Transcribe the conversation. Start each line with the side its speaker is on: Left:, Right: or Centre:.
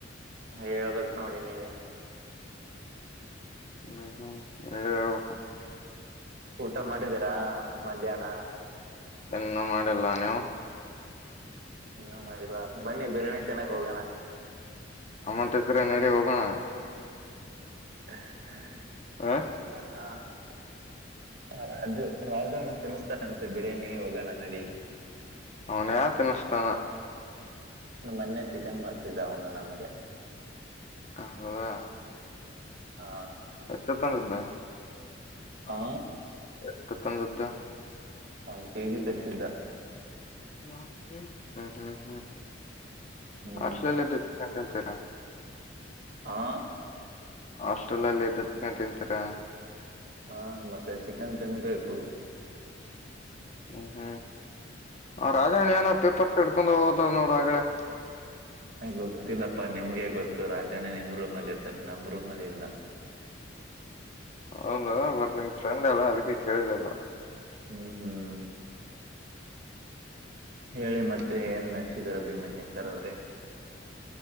Right: ಹೇಳ್ಬೇಕ್ ನೋಡಿ ನೀವೇ
Left: ಹ್ಮ್ ಹ್ಮ್ ನೀವೇ ಹೇಳ್ಬಕು
Right: ಊಟ ಮಾಡಿದೀರಾ ಮಧ್ಯಾಹ್ನ
Left: ಇನ್ನೂ ಮಾಡಿಲ್ಲಾ ನೀವು <unintelligible>
Right: ಇನ್ನೂ ಮಾಡಿಲ್ಲ ಬನ್ನಿ
Left: <inaudible>
Right: ಬಿರಿಯಾನಿ ತಿನ್ನಕ್ ಹೋಗೋಣ
Left: ಅಮೌಂಟ್ ಇದ್ರೆ ನಡಿ ಹೋಗೋಣ
Right: <inaudible>
Left: ಹ
Right: ಹ ರಾಜು ರಾಜುಣ್ಣ ತಿನಸ್ತಾನಂತೆ ಬಿರಿಯಾನಿ ಹೋಗೋಣ ನಡಿ
Left: ಅವನ್ ಯಾ ತಿನ್ನಸ್ತಾನ
Right: ಮನ್ನೆ ಚಿಕನ್ ಮಾಡ್ಸಿದ್ದ ಅವನು ನಮ್ಗೆ
Left: ಹ ಹೌದಾ
Right: ಆ
Left: ಎಷ್ಟಕ ತಂದಿದಾ ಹಾ
Right: ಆ
Left: ಎಷ್ಟಕ ತಂದಿದಾ
Right: ಒಂದ್ ಕೆಜಿ ತರಸಿದ್ದ
Left: ಹ್ಮ್ ಹ್ಮ್ ಹ್ಮ್
Right: ಹ್ಮ್
Left: ಹಾಸ್ಟೆಲಲ್ಲ ಇದ್ದ ಚಿಕನ್ ತಿಂತಿರಾ
Right: ಹಾ
Left: ಹಾಸ್ಟೆಲ್ ಅಲ್ಲಿ ಇದ್ದದಕ ತಿಂತೀರಾ
Right: ಹಾ ಮತ್ತೆ ಚಿಕನ್ ತಿನ್ಬೇಕು
Left: ಹ್ಮ್ ಹ್ಮ ಹಾ ರಾಜಣ್ಣ ಏನ ಪೇಪರ್ ಇಡ್ಕೊಂಡ್ ಹೋಗತ ನೋಡ ಅಗಳೆ
Right: ಗೊತ್ತಿಲ್ಲಪ್ಪಾ ನಿಮ್ಗೆ ಗೊತ್ತು ರಾಜನೇ ನಿಮ್ ರೂಮೇಲೆ ಇರ್ತಾನೆ ನಮ್ ರೂಮೇಲೆ ಇಲ್ಲ
Left: ಹೌದ ಬಟ್ ನಿಮ್ ಫ್ರೆಂಡ್ ಅಲ್ಲ ಅದಕ್ಕೆ ಕೇಳಿದೆಪ್ಪ
Right: ಹ್ಮ್ ಹ್ಮ್ ಹೇಳಿ ಮತ್ತೆ ಏನ್ ನಡ್ಸಿದಿರ ಭೀಮಾಶಂಕರ್ ಅವ್ರೇ